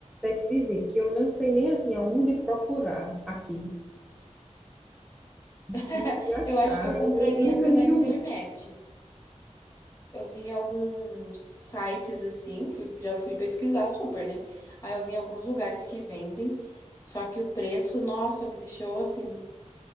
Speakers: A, in the centre; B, on the left.
A: te dizer que eu não sei nem assim aonde procurar aqui. Não
B: <laughs>
A: sei nem onde achar.
B: Eu acho que eu compraria
A: Eu nu- nunca
B: pela
A: nem
B: internet.
A: ouvi.
B: Eu vi em alguns sites assim, fui, já fui pesquisar super, né? Aí eu vi em alguns lugares que vendem, só que o preço, nossa, me deixou assim,